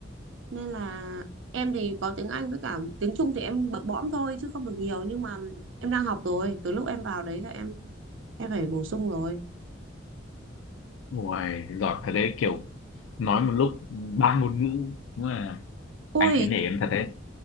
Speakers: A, on the right; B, on the left.
A: nên là em thì có tiếng Anh với cả tiếng Trung thì em bập bõm thôi chứ không được nhiều nhưng mà em
B: ừ.
A: đang học rồi từ lúc em vào đấy là em em phải bổ sung rồi
B: Uầy, giỏi thật đấy kiểu nói một lúc ba ngôn ngữ đúng là
A: Ui,
B: anh thấy nể em thật đấy